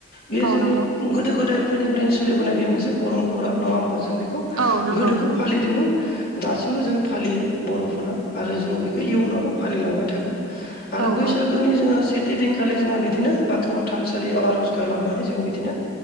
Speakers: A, on the left; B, on the right.
A: बेयो
B: औ
A: जोंनि
B: नंगौ
A: गोदो गोदायफोरनिफ्रायनो सोलिबोनाय बे मोनसे परम्परा नङा होमबा जों बेखौ
B: औ नंगौ
A: गोदोबो
B: नंगौ
A: फालिदोंमोन। दासिमबो जों फालियो बर'फोरा आरो जोङो बेखौ इयुनावबो फालिलांबाय थागोन। आरो
B: औ
A: बैसागोनि
B: औ
A: जोङो सेथि दिनखालि जोङो बिदिनो बाथ गोाथौ थानसालियाव आर'ज गाबनानै जोङो बिदिनो